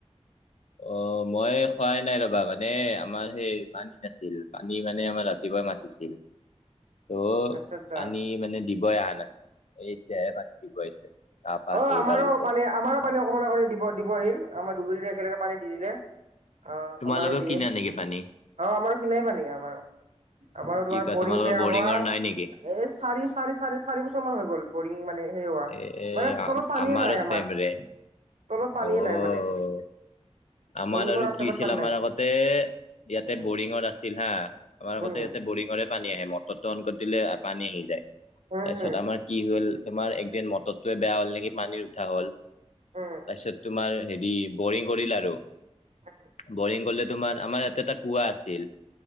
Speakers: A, on the left; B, on the right.
A: অ', মই খোৱাই নাই ৰবা মানে আমাৰ সেই পানী নাছিল পানী মানে আমাৰ দিবা মাতিছিল।
B: <inaudible>
A: ত'
B: আচ্ছা আচ্ছা
A: পানী মানে দিবই অহা নাছিল এতিয়াহে পানী দিব আহিছে। গা পা
B: অ',
A: ধো
B: আমাৰো
A: তাৰ পিছত
B: পানী আমাৰো পানী অকমানৰ আগতে দিব দিব আহিল আমাৰ <unintelligible> একেলগে পানী দি দিলে। অ',
A: তোমালোকেও
B: আমাৰো দিয়ে
A: কিনা
B: অ'
A: নেকি পানী
B: আমাৰো কিনাই পানী আমাৰো। আমাৰো তোমাৰ
A: কি কয়
B: বৰিং
A: তোমালোকৰ
B: বেয়া
A: বৰিঙৰ
B: হোৱা
A: নাই নেকি
B: এই চাৰি চাৰি চাৰে চাৰি বছৰ মান হৈ গ'ল বৰিং মানে হেৰি হোৱা।
A: এ
B: মানে তলত পানীয়ে
A: আমাৰো
B: নাই আমাৰ
A: চেম ৰে
B: তলত পানীয়ে
A: অ
B: নাই মানে।
A: আমাৰ
B: বৰিং
A: আৰু
B: কৰা আছে
A: কি হৈছিল
B: বাট পানী
A: আমাৰ
B: নাই
A: আতে ইয়াতে
B: উম
A: বৰিঙৰ আছিল হা আমাৰ আগতে
B: উম
A: ইয়াতে বৰিঙৰে পানী আহে মটৰটো অন কৰি দিলে পানী আহি যায়। তাৰপিছত
B: উম
A: আমাৰ কি হ'ল তোমাৰ একদিন মটৰটয়ে বেয়া হ'ল নেকি পানীৰ উঠা হ'ল।
B: উম
A: তাৰপিছত তোমাৰ হেৰি বৰিং কৰিল আৰু।
B: উম।
A: বৰিং কৰিলে তোমাৰ আমাৰ ইয়াতে এটা কুৱা আছিল।